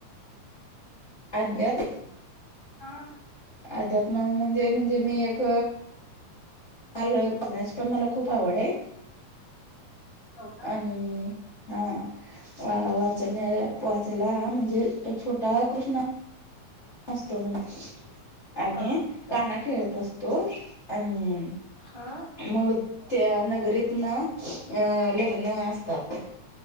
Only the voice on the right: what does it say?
हा
हो का?
हा
हा